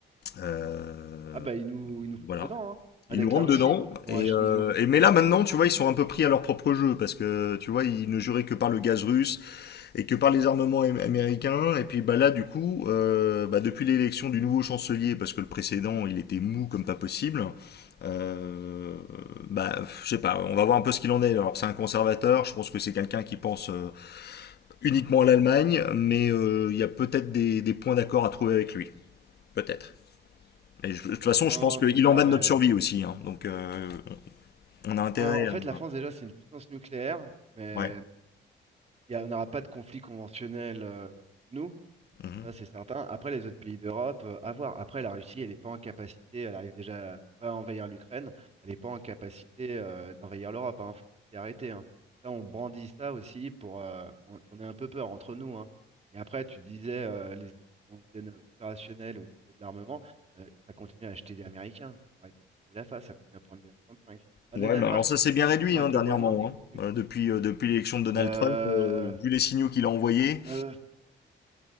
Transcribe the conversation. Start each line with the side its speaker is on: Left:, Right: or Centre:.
Left: Euh,
Right: Ah bah ils nous, ils nous foutent
Left: voilà.
Right: dedans, hein. Regarde
Left: Ils nous
Right: Avec
Left: rentrent
Right: la Russie,
Left: dedans.
Right: ils
Left: Et,
Right: ont ach-
Left: euh,
Right: ils ont.
Left: et mais là maintenant, tu vois, ils sont un peu pris à leur propre jeu parce que tu vois, ils ne juraient que par le gaz russe et que par les armements am- américains. Et puis bah là, du coup, euh, bah, depuis l'élection du nouveau chancelier, parce que le précédent, il était mou comme pas possible. Euh, bah, je sais pas, on va voir un peu ce qu'il en est. Alors, c'est un conservateur, je pense que c'est quelqu'un qui pense euh, uniquement à l'Allemagne, mais euh, il y a peut-être des, des points d'accord à trouver avec lui. Peut-être. Et je- de toute façon,
Right: Non,
Left: je pense qu'il
Right: c'est ça,
Left: en va
Right: mais.
Left: de notre survie aussi, hein. donc euh, on a intérêt
Right: Ben, en
Left: à...
Right: fait, la France déjà, c'est une puissance nucléaire, mais
Left: Ouais.
Right: il y a- on n'aura pas de conflit conventionnel euh, contre nous.
Left: Mhm.
Right: Ça, c'est certain. Après, les autres pays d'Europe, euh, à voir. Après, la Russie, elle n'est pas en capacité, elle arrive déjà pas à envahir l'Ukraine, elle n'est pas en capacité euh, d'envahir l'Europe. Il faut s'y arrêter. hein. Ça, on brandit ça aussi pour euh, qu'on qu'on ait un peu peur entre nous. hein. Et après, tu disais, euh, les États- qu'on devienne opérationnel au niveau de l'armement, euh, ça continue à acheter des Américains. Faut arrêter de se la face, ça continue à prendre des F-35. Regarde
Left: Ouais,
Right: le Danemark,
Left: mais alors ça s'est
Right: il
Left: bien
Right: y a
Left: réduit
Right: eu l'histoire
Left: hein,
Right: avec
Left: dernièrement.
Right: le Groenland, il continue.
Left: hein. Euh, depuis euh, depuis l'élection de Donald
Right: Euh,
Left: Trump, euh, vu les signaux qu'il a envoyés,
Right: euh,